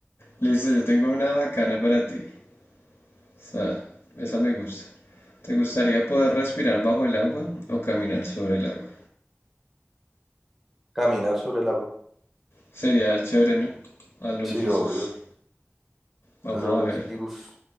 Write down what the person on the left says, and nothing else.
Listo, yo tengo una bacana para ti. O sea, esa me gusta. ¿Te gustaría poder respirar bajo el agua o caminar sobre el agua?
Sería chévere, ¿no? A los
Jesus.
Vamos
a
ver.